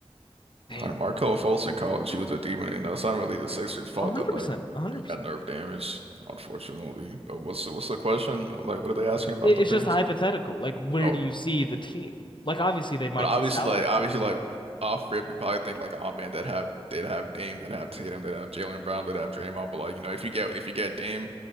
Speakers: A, on the left (about 50°); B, on the right (about 70°).
A: damn,
B: All right, Markelle Fultz in college, he was a demon. You know, it's not really the Sixers' fault
A: 100%,
B: that like
A: 100%.
B: he got nerve damage, unfortunately. But what's the, what's the question? Like, what are they asking about
A: It's
B: the picks?
A: just a hypothetical. Like, where
B: Oh,
A: do you see the team? Like, obviously, they might
B: But obviously,
A: hit salary
B: like
A: cap.
B: obviously, like off rip, you probably think like, oh man, they'd have they'd have Dame, they'd have Tatum, they'd have Jaylen Brown, they'd have Draymond. But like you know, if you get if you get Dame,